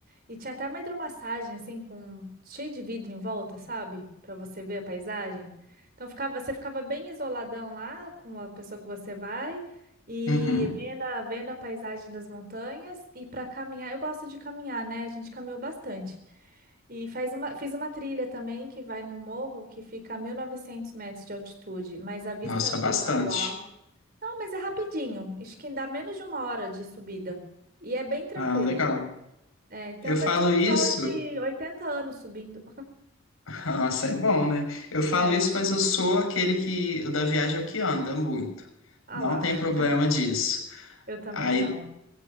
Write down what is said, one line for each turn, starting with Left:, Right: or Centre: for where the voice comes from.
Right: E tinha até uma hidromassagem, assim, com cheio de vidro em volta, sabe? Pra você ver a paisagem. Então ficava, você ficava bem isoladão lá com a pessoa que você vai e
Left: Uhum.
Right: vendo a, vendo a paisagem das montanhas e pra caminhar. Eu gosto de caminhar, né? A gente caminhou bastante. E faz uma, fiz uma trilha também que vai num morro que fica a 1.900 metros de altitude, mas a vista
Left: Nossa, bastante.
Right: de lá do alto. Não, mas é rapidinho. Acho que dá menos de uma hora de subida. E é bem tranquilo.
Left: Ah, legal.
Right: É, tem
Left: Eu
Right: um,
Left: falo
Right: pe- tinha um pessoal
Left: isso.
Right: de 80 anos subindo.
Left: <laughs> Nossa, é bom, né? Eu falo
Right: É,
Left: isso, mas eu sou aquele que. O da viagem é o que anda muito.
Right: ah
Left: Não
Right: lá,
Left: tem problema disso.
Right: eu também
Left: Aí
Right: não.